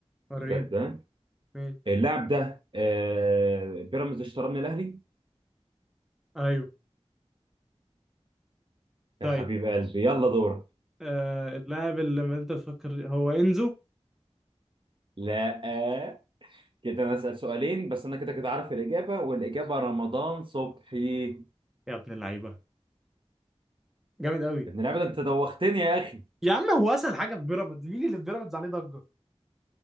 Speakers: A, in the centre; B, on the right (about 50°).
A: وريني
B: بجد
A: ماشي
B: اللاعب ده آه، بيراميدز اشتراه من الاهلي
A: أيوه طيب
B: يا حبيب قلبي يلا دورك
A: آه اللاعب اللي انت تفكر هو انزو
B: لا آه. كده انا اسال سؤالين بس انا كده كده عارف الاجابه والاجابه رمضان صبحي
A: يا ابن اللعيبه جامد قوي
B: ابن اللعيبه ده انت دوختني يا اخي
A: يا عم هو اسهل حاجه في بيراميدز مين اللي في بيراميدز عليه ضجه